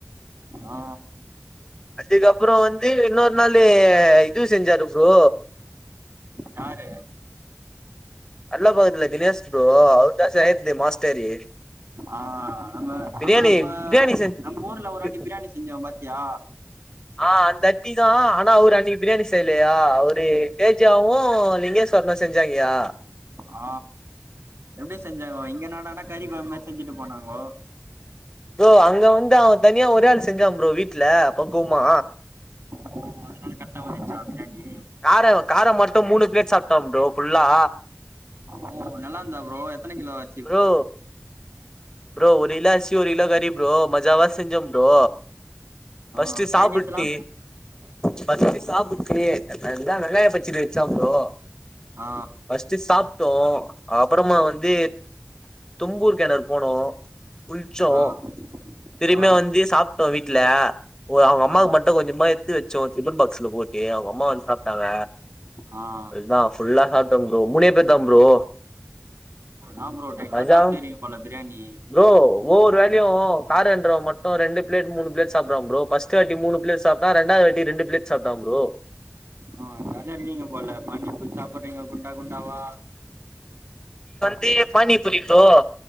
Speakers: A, on the right (about 75°); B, on the left (about 15°).
A: ஆ
B: அதுக்கப்புற வந்து இன்னொரு நாள் இது செஞ்சாரு ப்ரோ
A: யாரு
B: அள்ள பாகத்தில தினேஷ் ப்ரோ அவர் தா செயறது மாஸ்டரு
A: ஆ நம்ம
B: பிரியாணி
A: ஆமா நம்ம
B: பிரியாணி செஞ்
A: நம்ம ஊர்ல ஒரு வாட்டி பிரியாணி செஞ்சோ பாத்தியா
B: ஆ அந்த அட்டி தா ஆனா அவரு அன்னைக்கு பிரியாணி செய்லையா அவரு அப்டி தேஜாவு லிங்கேஸ்வரனு செஞ்சாங்கயா
A: ஆ எப்டி செஞ்சாங்கோ இங்க என்னடானா கறி கொழம்பு மாரி செஞ்சுட்டு போனாங்கோ
B: ப்ரோ அங்க வந்து அவன் தனியா ஒரே ஆள் செஞ்சான் ப்ரோ வீட்ல பக்குவமா
A: ஓ அதனால கரெக்டா வந்துச்சா பிரியாணி
B: கார காரம் மட்டும் மூணு பிளேட் சாப்டான் ப்ரோ ஃபுல்லா
A: ஓ நல்லா இருந்தா ப்ரோ எத்தன கிலோ அ
B: ப்ரோ ப்ரோ ஒரு கிலோ அரிசி ஒரு கிலோ கறி ப்ரோ மஜாவா செஞ்சோம் ப்ரோ ஃபஸ்ட்டு
A: ஆ
B: சாப்டுட்டு
A: சைட் டிஷ்லா
B: ஃபஸ்ட்டு சாப்புட்டு அப்றந்தா வெங்காய பச்சடி வச்சான் ப்ரோ
A: ஆ
B: ஃபஸ்ட் சாப்டோ அப்றமா வந்து தும்பூர் கிணறு போனோ குளிச்சோ
A: ஆ
B: திரும்பயு
A: ஆ
B: வந்து சாப்டோ வீட்ல அப்றோ அவுங்க அம்மாவுக்கு
A: ஆ
B: மட்டும் கொஞ்சமா எடுத்து வச்சம் டிஃபன் பாக்ஸ்ல போட்டு அவங்க அம்மா வந்து சாப்டாங்க
A: ஆ
B: அதுதா ஃபுல்லா சாப்டே ப்ரோ மூணே பேரு தா ப்ரோ
A: ஆம் ப்ரோ டைட்டா
B: மஜா
A: சாப்ட்டு இருக்றீங்க போல பிரியாணி
B: ப்ரோ ஒவ்வொரு வேளயு காரன்டிறவன் மட்டும் ரெண்டு பிளேட் மூணு பிளேட் சாப் றான் ப்ரோ ஃபஸ்ட்டு வாட்டி மூணு பிளேட் சாப்டா ரெண்டாவது வாட்டி ரெண்டு பிளேட் சாப்டான் ப்ரோ
A: ஆ ஜாலியா இருக்கீங்க போல பானிபூரி சாப்புட்றீங்க குண்டா குண்டாவா
B: தீய பானிபூரி ப்ரோ